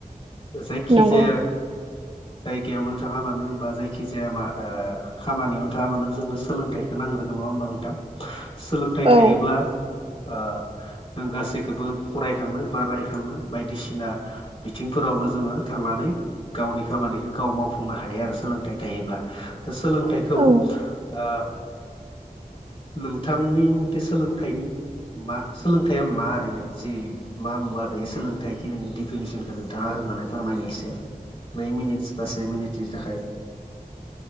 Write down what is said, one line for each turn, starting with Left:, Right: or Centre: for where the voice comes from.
Left: जायखिजाया
Right: नंगौ
Left: जायगायावनो थाङा मानो बा जायखि जाया मा आ खामानियावनो थाङा मानो जोंनो सोलोंथाइखौ नांग्रोगोन नङा होमबा नोंथां? सोलोंथाइ
Right: औ
Left: थायोब्ला आ जों गासैखौबो फरायखांनो बा रायखांनो बायदिसिना बिथिंफोरावबो जोङो थांनानै गावनि खामानिखौ गाव मावफुंनो हायो आरो सोलोंथाइ थायोब्ला। दा सोलोंथाइखौ
Right: औ
Left: ओ नोंथांनि मथे सोलोंथाइनि मा सोलोंथाइया मा ओैरैनो जे मा मुवा बे सोलोंथाइ खिनि डिफिनिसनखौ नोंथाङा होग्रोना फोरमायनाय इसे। नै मिनिट बा से मिनिट नि थाखाय